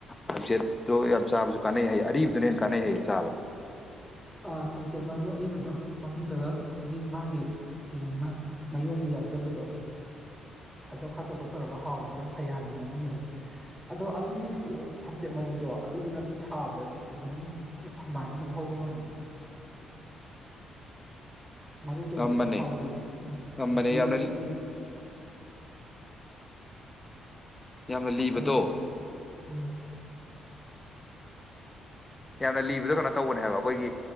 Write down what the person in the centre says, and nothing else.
ꯑꯥ ꯊꯝꯆꯦꯠ ꯃꯔꯨ ꯑꯔꯤꯕꯗꯣ ꯃꯅꯨꯡꯗꯒ ꯑꯩꯈꯣꯏꯒꯤ ꯃꯥꯒꯤ ꯎꯝ-ꯃ ꯃꯌꯣꯟꯒ ꯌꯥꯎ ꯌꯥꯎꯖꯕꯗꯣ ꯈꯥꯖꯣꯛ ꯈꯥꯖꯣꯛꯀ ꯇꯧꯔꯒ ꯍꯥꯎꯕꯅꯦ ꯌꯥꯝ ꯐꯩ ꯍꯥꯏꯕꯅꯦ ꯃꯅꯨꯡꯒꯤꯗꯣ ꯑꯗꯣ ꯑꯗꯨꯒꯤ ꯀ-ꯑ ꯊꯝꯆꯦꯠ ꯃꯔꯨꯗꯣ ꯑꯗꯨꯗꯨꯅ ꯑꯗꯨꯝ ꯊꯥꯕꯗ ꯑꯗꯨꯝ ꯊꯝꯕꯥꯜꯁꯦ ꯑꯗꯨꯝ ꯍꯧꯕ ꯉꯝꯃꯤ ꯃꯔꯨꯗꯒꯤꯁꯨ
ꯑꯗꯨꯝ ꯍꯧꯋꯤ ꯎꯝ
ꯑꯗꯒꯤ ꯑꯩꯈꯣꯏꯒꯤ
ꯑꯗꯨꯗꯤ ꯎꯝ